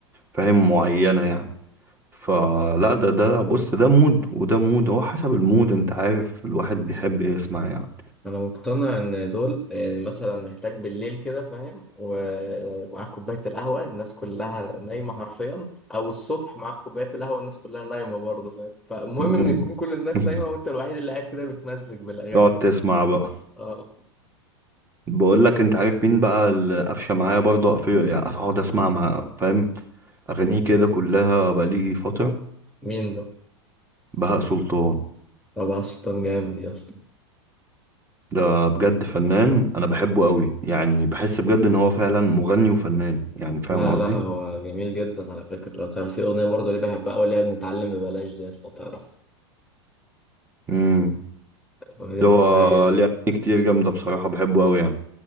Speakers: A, on the right; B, in the centre.
A: فاهم معينه يعني فلا ده ده بص ده مود وده مود هو حسب المود انت عارف الواحد بيحب يسمع يعني
B: انا مقتنع ان دول يعني مثلا محتاج بالليل كده فاهم ومعاك كوبايه القهوه الناس كلها نايمه حرفيا او الصبح معاك كوبايه القهوه الناس كلها نايمه برضه فاهم فالمهم
A: مم.
B: ان تكون كل الناس
A: <laughs>
B: نايمه وانت الوحيد اللي قاعد كده بتمزج بالاغاني
A: تقعد
B: دي
A: تسمع بقى
B: اه
A: بقول لك انت عارف مين بقى اللي قفشه معايا برضه قفشه يعني اقعد اسمع مع فاهم اغانيه كده كلها بقالي فتره
B: مين ده
A: بهاء سلطان
B: طبعا سلطان جامد يا اسطى
A: ده بجد فنان انا بحبه قوي يعني بحس بجد ان هو فعلا مغني وفنان يعني فاهم
B: لا
A: قصدي
B: لا هو جميل جدا على فكره لو تعرف في اغنيه برضه اللي بحبها قوي اللي هي بنتعلم ببلاش ديت لو تعرف
A: امم
B: الاغنيه
A: ده
B: دي
A: هو
B: بحبها جدا
A: ليه اغاني كتير جامده بصراحه بحبه قوي يعني